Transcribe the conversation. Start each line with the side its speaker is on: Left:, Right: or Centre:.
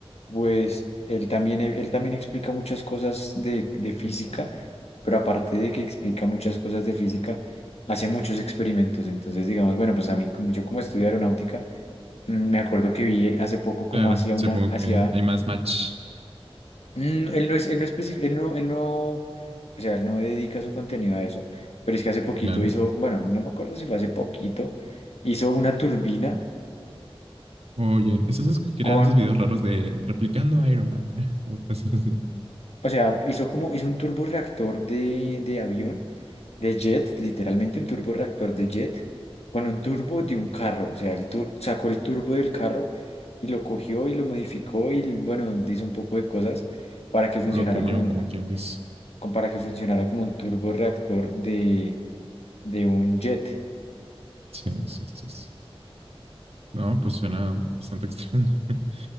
Left: pues él también, él también explica muchas cosas de, de física, pero aparte de que explica muchas cosas de física, hace muchos experimentos. Entonces, digamos, bueno, pues a mí, como- yo como estudio aeronáutica, Mm, Me acuerdo que vi hace poco cómo
Right: Claro,
Left: hacía
Right: supongo
Left: una, hacía,
Right: que hay más match.
Left: Mm, él no es, él no especi- él no, él no, o sea, él no dedica su contenido a eso, pero es que hace poquito
Right: Claro.
Left: hizo, bueno, no me acuerdo si fue hace poquito, hizo una turbina
Right: Oye, esos es que crean
Left: con,
Right: esos videos raros de replicando Iron Man <laughs> o cosas así.
Left: o sea, hizo como, hizo un turborreactor de, de avión, de jet, literalmente un turborreactor de jet, con un turbo de un carro, o sea, el tur- sacó el turbo del carro y lo cogió y lo modificó y, bueno, hizo un poco de cosas para que funcionara
Right: Lo tuneó,
Left: como un
Right: como quien dice.
Left: como para que funcionara como un turborreactor de, de un jet.
Right: Sí, sí, sí, sí. No, pues suena bastante extraño, <laughs>